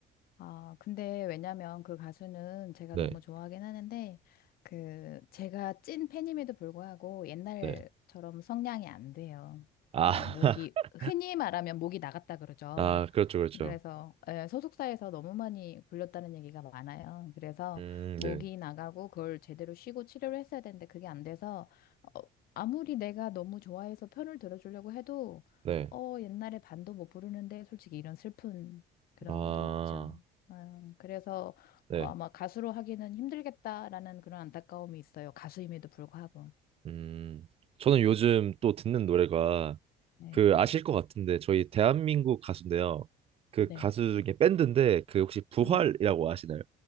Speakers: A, on the left; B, on the right.
A: 아, 근데 왜냐면 그 가수는 제가
B: 네,
A: 너무 좋아하긴 하는데, 그, 제가 찐 팬임에도 불구하고 옛날처럼
B: 네.
A: 성량이 안 돼요.
B: 아,
A: 어, 목이,
B: <laughs>
A: 흔히 말하면 목이 나갔다 그러죠.
B: 아, 그렇죠, 그렇죠.
A: 그래서 예, 소속사에서 너무 많이 불렸다는 얘기가 많아요. 그래서
B: 음,
A: 목이
B: 네,
A: 나가고 그걸 제대로 쉬고 치료를 했어야 되는데 그게 안 돼서 어, 아무리 내가 너무 좋아해서 편을 들어주려고 해도
B: 네.
A: 어, 옛날에 반도 못 부르는데 솔직히 이런 슬픈 그런
B: 아,
A: 게 있죠. 음, 그래서
B: 네.
A: 어, 아마 가수로 하기는 힘들겠다라는 그런 안타까움이 있어요. 가수임에도 불구하고.
B: 음, 저는 요즘 또 듣는 노래가
A: 네.
B: 그 아실 것 같은데 저희 대한민국 가수인데요. 그
A: 네.
B: 가수 중에 밴드인데 그 혹시 부활이라고
A: 음.
B: 아시나요?